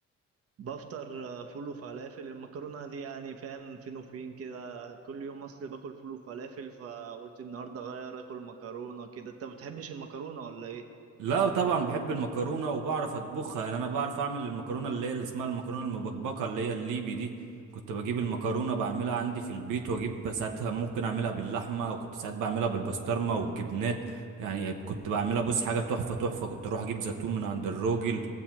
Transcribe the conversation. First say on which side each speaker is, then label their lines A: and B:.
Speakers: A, on the right; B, on the right.
A: بفطر آه، فول وفلافل المكرونة دي يعني فاهم فين وفين كده كل يوم اصل باكل فول وفلافل فقلت النهاردة اغير اكل مكرونة كده انت ما بتحبش المكرونة ولا ايه؟
B: لا طبعا بحب المكرونه وبعرف اطبخها يعني انا بعرف اعمل المكرونه اللي هي اللي اسمها المكرونه المبكبكه اللي هي الليبي دي كنت بجيب المكرونه بعملها عندي في البيت واجيب ساعتها ممكن اعملها باللحمه وكنت ساعات بعملها بالبسطرمه والجبنات يعني كنت بعملها بص حاجه تحفه تحفه كنت اروح اجيب زيتون من عند الراجل